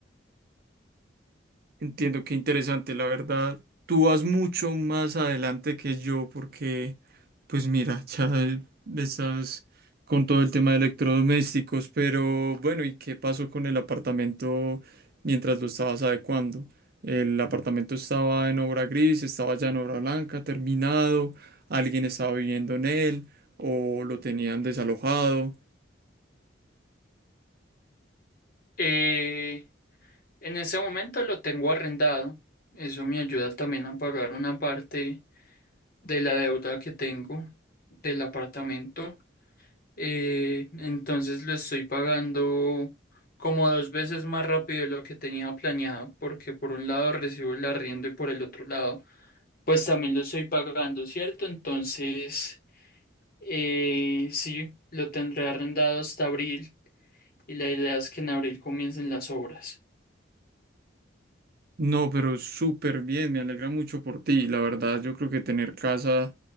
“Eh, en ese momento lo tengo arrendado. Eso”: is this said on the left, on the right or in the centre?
Left